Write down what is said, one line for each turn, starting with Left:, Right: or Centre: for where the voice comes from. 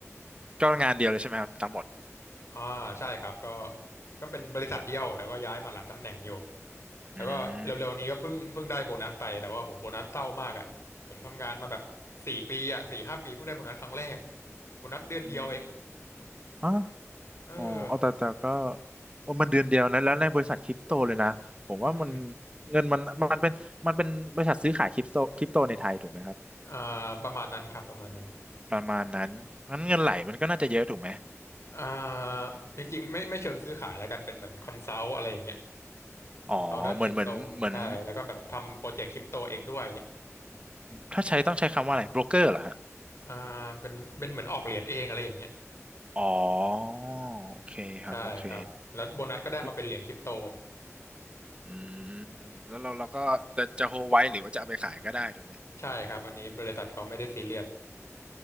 Right: ก็งานเดียวเลยใช่ไหมครับทั้งหมด
Left: อ่าใช่ครับก็ก็เป็นบริษัทเดียวแต่ก็ย้ายมาหลายตำแหน่งอยู่แล้วก็เร็วๆนี้ก็เพิ่งเพิ่งได้โบนัสไปแต่ว่าโหโบนัสเศร้ามากอ่ะผมทำงานมาแบบสี่ปีอ่ะสี่ห้าปีเพิ่งได้โบนัสครั้งแรก
Right: อืม
Left: โบนัสเดือนเดียวเอง
Right: อืมอ๋อ
Left: เออ
Right: อ๋อเอาแต่แต่ก็โอ้มันเดือนเดียวนะแล้วในบริษัทคริปโตเลยนะผมว่ามัน
Left: อืม
Right: เงินมันมันเป็นมันเป็นบริษัทซื้อขายคริปโตคริปโตในไทยถูกไหมครับ
Left: อ่าประมาณนั้นครับประมาณนั้น
Right: ประมาณนั้นงั้นเงินไหลมันก็น่าจะเยอะถูกไหม
Left: อ่าจริงๆไม่ไม่เชิงซื้อขายแล้วกันเป็นเหมือนคอนซัลท์อะไรอย่างเงี้ยคอนซัลท์ด้านคริปโตใช่แล้วก็แบบทำโปรเจกต์คริปโตเองด้วย
Right: อ๋อเหมือนเหมือนเหมือนถ้าใช้ต้องใช้คำว่าอะไรโบรกเกอร์เหรอฮะ
Left: อ่าเป็นเป็นเหมือนออกเหรียญเองอะไรอย่างเงี้ย
Right: อ๋อโอเคครับโอเค
Left: ใช่ครับแล้วโบนัสก็ได้มาเป็นเหรียญคริปโต
Right: ก็อืมแล้วเราเราก็จะจะโฮลไว้หรือว่าจะเอาไปขายก็ได้ถูกไหม
Left: ใช่ครับอันนี้บริษัทเขาไม่ได้ซีเรียส